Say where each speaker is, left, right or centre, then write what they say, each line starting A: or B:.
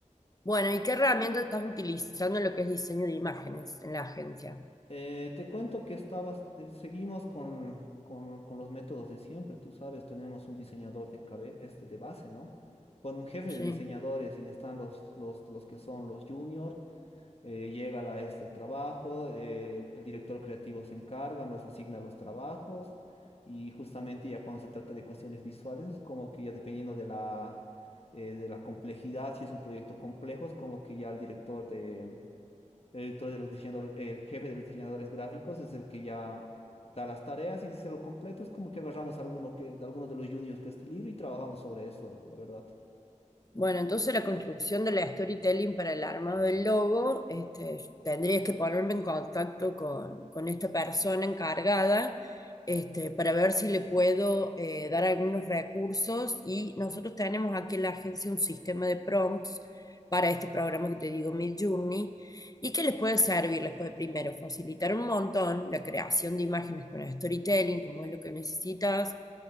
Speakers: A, on the left; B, on the left.
A: Bueno, ¿y qué herramienta estás utilizando en lo que es diseño de imágenes en la agencia?
B: Eh, te cuento que estabas, eh, seguimos con, con, con los métodos de siempre. Tú sabes, tenemos un diseñador de cabe- este de base, ¿no? Bueno, un jefe
A: Sí.
B: de diseñadores y están los, los, los que son los juniors eh, llega la este el trabajo, eh, el director creativo se encarga, nos asigna los trabajos y justamente ya cuando se trata de cuestiones visuales es como que ya dependiendo de la, eh, de la complejidad, si es un proyecto complejo, es como que ya el director de, el director de los diseñadores, el jefe de los diseñadores gráficos es el que ya da las tareas y si se lo completo es como que agarramos alguno que, alguno de los juniors que esté libre y trabajamos sobre eso, la verdad.
A: Bueno, entonces la construcción de la storytelling para el armado del logo, este, tendrías que ponerme en contacto con, con esta persona encargada, este, para ver si le puedo eh, dar algunos recursos y nosotros tenemos aquí en la agencia un sistema de prompts para este programa que te digo, Midjourney, y que les puede servir, les puede primero facilitar un montón la creación de imágenes con el storytelling, como es lo que necesitas